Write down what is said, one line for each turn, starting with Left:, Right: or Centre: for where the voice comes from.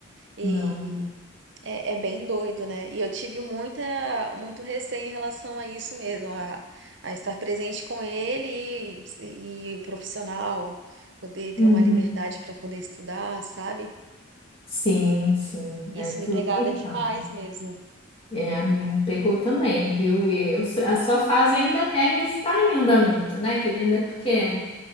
Right: E
Left: Não.
Right: é, é bem doido, né? E eu tive muita, muito receio em relação a isso mesmo, a, a estar presente com ele e, e profissional, poder ter
Left: Uhum.
Right: uma liberdade para poder estudar, sabe?
Left: Sim, sim.
Right: Isso
Left: É, tudo
Right: me pegava
Left: tem
Right: demais
Left: fase.
Right: mesmo.
Left: É, a mim pegou também, viu? E eu- a sua fase ainda, ainda está em andamento, né? Que ele ainda é pequeno.